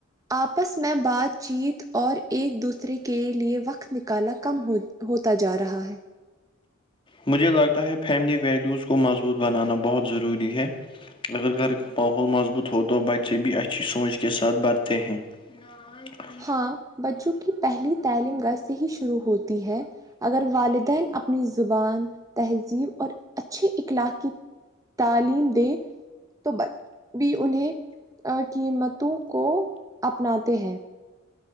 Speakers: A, on the right (about 15°); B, on the left (about 25°).
A: آپس میں بات چیت اور ایک دوسرے کے لئے وقت نکالا کم ہو ہوتا جا رہا ہے
B: مجھے لگتا ہے فیملی ویلیوز کو مضبوط بنانا بہت ضروری ہے اگر گھر کا ماحول مضبوط ہو تو بچے بھی اچھی سوچ کے ساتھ بڑھتے ہیں نہ <unintelligible>
A: ہاں بچوں کی پہلی تعلیم گز سے ہی شروع ہوتی ہے اگر والدین اپنی زبان تہذیب اور اچھے اخلاق کی تعلیم د تو ب بھی انہیں قیمتوں کو اپناتے ہیں